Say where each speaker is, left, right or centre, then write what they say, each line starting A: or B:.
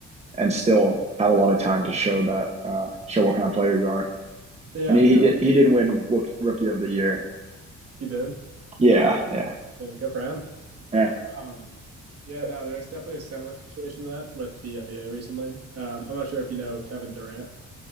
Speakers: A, on the right; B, on the right.
A: and still have a lot of time to show that uh show what kind of player you are.
B: yeah,
A: And he,
B: I mean,
A: he did he didn't win Rookie Rookie of the Year.
B: he did.
A: Yeah, yeah,
B: I mean, good for him.
A: yeah.
B: Um, yeah, no, there's definitely a similar situation to that with the NBA recently. Um, I'm not sure if you know Kevin Durant.